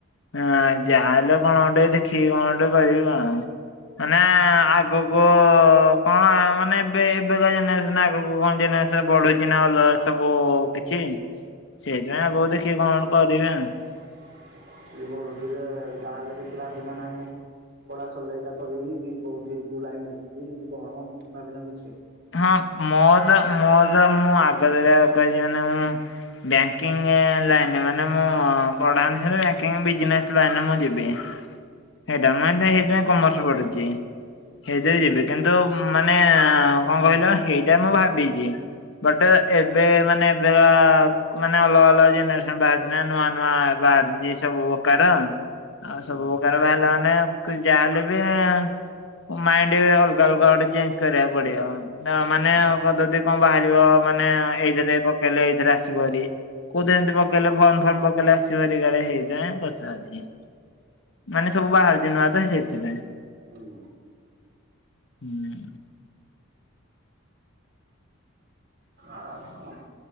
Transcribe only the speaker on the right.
ଆଗକୁ ପଢୁଛୁଯେ ଯାହାହେଲେ କିଛି ଭାବିନା ନାହିଁ? ପଢା ସରିଲେ ଏଟା କରିବି କି କୋଉଠି କୋଉ ଲାଇନିରେ ଯିବି କି କଣ ଭାବିନା କିଛି?
ହୁଁ
ହୁଁ
ହୁଁ
ହୁଁ
ହୁଁ
ଆଉ